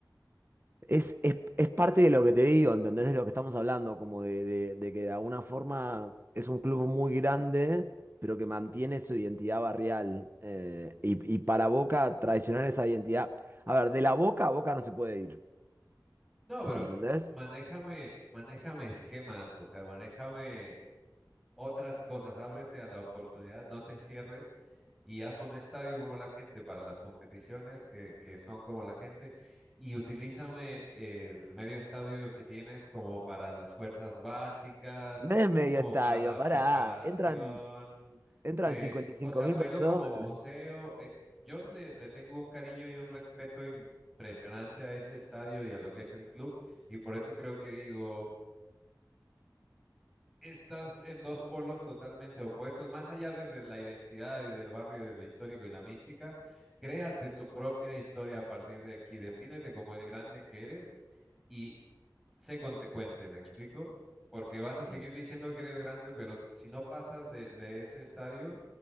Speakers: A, on the right (about 30°); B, in the centre.
A: es, es, es parte de lo que te digo, ¿entendés? De lo que estamos hablando, como de, de, de que de alguna forma es un club muy grande, pero que mantiene su identidad barrial. eh, y, y para Boca, traicionar esa identidad. A ver, de la Boca a Boca no se puede ir,
B: No, pero
A: ¿entendés?
B: manéjame, manéjame esquemas, o sea, manéjame otras cosas, ábrete a la oportunidad, no te cierres y haz un estadio como la gente para las competiciones que, que son como la gente y utilízame el medio estadio que tienes como para las fuerzas básicas,
A: No es medio
B: como
A: estadio,
B: para la
A: pará.
B: preparación
A: Entran, entran
B: de,
A: cincuenta y cinco
B: o sea,
A: mil
B: velo
A: personas.
B: como museo. eh, yo le, le tengo un cariño y un respeto impresionante a ese estadio y a lo que es el club y por eso creo que digo estás en dos polos totalmente opuestos, más allá de, de la identidad y del barrio, del histórico y la mística, créate tu propia historia a partir de aquí, defínete como el grande que eres y sé consecuente, ¿me explico? Porque vas a seguir
A: Sí,
B: diciendo que eres grande, pero si no pasas de, de ese estadio,